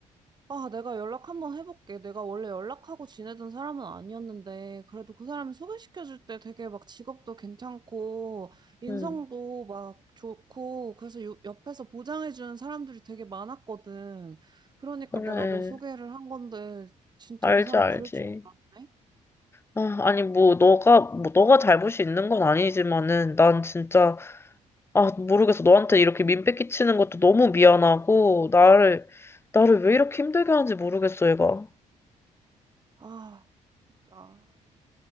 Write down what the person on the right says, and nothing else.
아, 내가 연락 한번 해볼게. 내가 원래 연락하고 지내던 사람은 아니었는데, 그래도 그 사람이 소개시켜줄 때 되게 막 직업도 괜찮고, 인성도
막 좋고, 그래서 요- 옆에서 보장해주는 사람들이 되게 많았거든. 그러니까
내가 너 소개를 한 건데, 진짜
그 사람
그럴 줄 몰랐네?
아, 진짜.